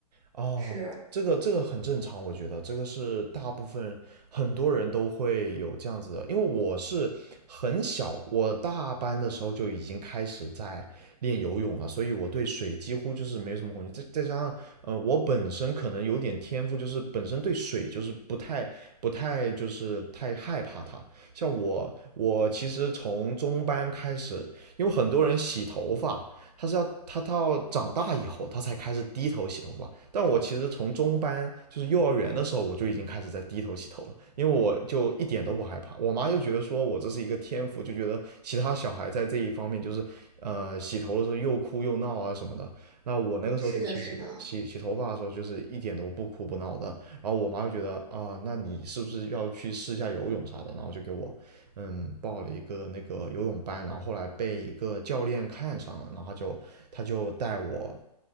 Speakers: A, on the right; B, on the right.
A: 啊，
B: 是
A: 这个这个很正常，我觉得这个是大部分很多人都会有这样子的，因为我是很小，我大班的时候就已经开始在练游泳了，所以我对水几乎就是没有什么恐惧。再再加上，呃，我本身可能有点天赋，就是本身对水就是不太不太就是太害怕它。像我，我其实从中班开始，因为很多人洗头发，他是要他到长大以后，他才开始低头洗头发。但我其实从中班，就是幼儿园的时候，我就已经开始在低头洗头了，因为我就一点都不害怕。我妈就觉得说我这是一个天赋，就觉得其他小孩在这一方面就是，呃，洗头的时候又哭又闹啊什么的。那我那个时候就其实洗洗头发的时候，
B: 是的，是的。
A: 就是一点都不哭不闹的。然后我妈就觉得啊、呃那你是不是要去试一下游泳啥的？然后就给我嗯，报了一个那个游泳班，然后后来被一个教练看上了，然后就他就带我